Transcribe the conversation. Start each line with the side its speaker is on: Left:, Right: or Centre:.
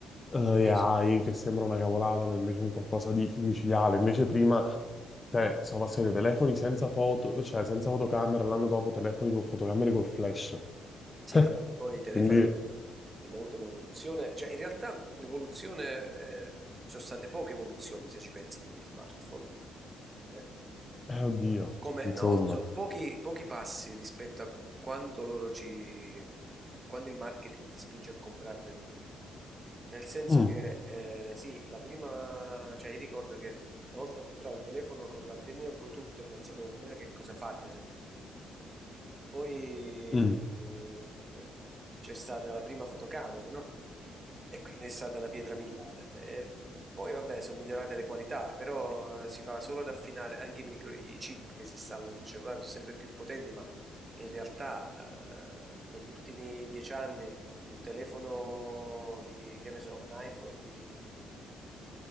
Left: eh,
Right: sì,
Left: AI
Right: sì,
Left: che sembra una cavolata, ma invece è un qualcosa di micidiale. Invece prima, cioè, siamo passati dai telefoni senza foto, cioè senza fotocamera, l'anno dopo telefoni con fotocamere col flash.
Right: Sì,
Left: <laughs>
Right: vabbè, ma poi i telefoni
Left: Quindi,
Right: hanno avuto hanno avuto un'evoluzione, cioè in realtà l'evoluzione, eh, ci sono state poche evoluzioni se ci pensi negli smartphone. Eh,
Left: eh, oddio,
Right: Come,
Left: insomma.
Right: no, so pochi, pochi passi rispetto a quando loro ci, quando il marketing ti spinge a comprarne nuovi. Nel senso
Left: Mm,
Right: che, eh, sì, la prima, cioè io ricordo che una volta compravo un telefono con l'antennina Bluetooth e non sapevo nemmeno che cosa farmene. Poi
Left: mm.
Right: eh, c'è stata la prima fotocamera, no? E quindi è stata una pietra miliare. E poi vabbè, sono migliorate le qualità, però eh, si va solo ad affinare anche i, micro, i chip che si installano sui cellulari, sono sempre più potenti, ma in realtà eh, negli ultimi dieci anni un telefono di, che ne so, un iPhone di